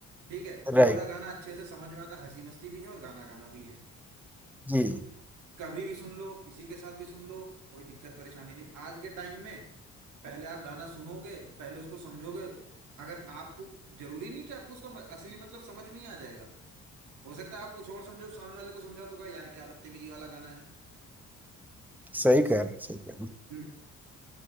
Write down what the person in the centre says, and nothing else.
राइट
जी
सही कह
रहे हैं सही कह रहे हैं